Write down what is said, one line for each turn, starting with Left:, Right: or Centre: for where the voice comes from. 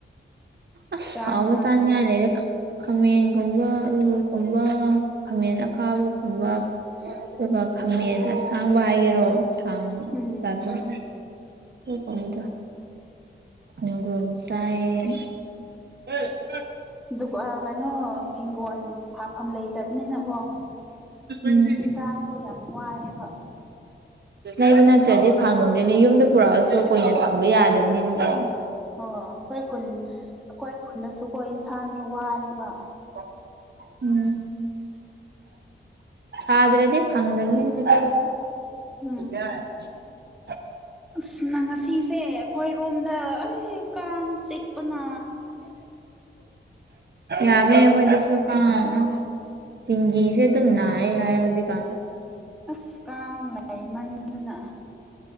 Right: ꯑꯁ
Centre: ꯆꯥꯛ
Right: ꯍꯥꯎꯕ
Centre: ꯌꯦꯟꯁꯥꯡꯗꯣ
Right: ꯆꯥꯅꯤꯡꯉꯥꯏ ꯂꯩꯔꯛ ꯈꯥꯃꯦꯟꯒꯨꯝꯕ ꯑꯂꯨꯒꯨꯝꯕ ꯈꯥꯃꯦꯟ ꯑꯈꯥꯕ ꯀꯨꯝꯕ ꯑꯗꯨꯒ ꯈꯥꯃꯦꯟ ꯑꯁꯥꯡꯕ ꯍꯥꯏꯒꯦꯔꯣ ꯁꯥꯡ
Centre: ꯎꯝ
Right: ꯂꯗꯨ ꯑꯗꯨꯒꯨꯝꯕꯗꯨ <unintelligible>
Centre: ꯗꯨ ꯑꯥ ꯀꯩꯅꯣ ꯍꯤꯡꯒꯣꯜ ꯍꯥꯐꯝ ꯂꯩꯇꯕꯅꯤꯅꯀꯣ
Right: ꯎꯝ
Centre: ꯍꯤꯟꯖꯥꯡꯗꯣ ꯌꯥꯝ ꯋꯥꯏꯑꯦꯕ
Right: ꯂꯩꯕ ꯅꯠꯇ꯭ꯔꯗꯤ ꯐꯪꯗ꯭ꯔꯦꯅꯦ ꯌꯨꯝꯗ ꯄꯨꯔꯛꯑꯁꯨ ꯀꯨꯏꯅ ꯊꯝꯕ ꯌꯥꯗꯝꯅꯤꯅ ꯀꯣ
Centre: ꯑꯣ ꯑꯩꯈꯣꯏ ꯈꯨꯟ ꯑꯩꯈꯣꯏ ꯈꯨꯟꯗꯁꯨꯀꯣ ꯏꯟꯁꯥꯡꯒꯤ ꯋꯥꯅꯦꯕ
Right: <inaudible> ꯎꯝ ꯁꯥꯗ꯭ꯔꯗꯤ ꯐꯪꯗꯝꯅꯤꯅꯦ ꯑꯗꯨꯗꯁꯨ <unintelligible>
Centre: ꯎꯝ ꯑꯁ ꯅꯪ ꯉꯁꯤꯁꯦ ꯑꯩꯈꯣꯏꯔꯣꯝꯗ ꯑꯩ ꯀꯥꯡ ꯆꯤꯛꯄꯅ
Right: ꯌꯥꯝꯃꯦ ꯑꯩꯈꯣꯏꯗꯁꯨ ꯀꯥꯡ ꯑꯁ ꯗꯤꯡꯒꯤꯁꯦ ꯑꯗꯨꯝ ꯅꯥ ꯅꯥꯏ ꯍꯥꯏꯌꯦ ꯍꯧꯖꯤꯛꯀꯥꯟ
Centre: ꯑꯁ ꯀꯥꯡ ꯂꯩꯃꯟꯗꯅ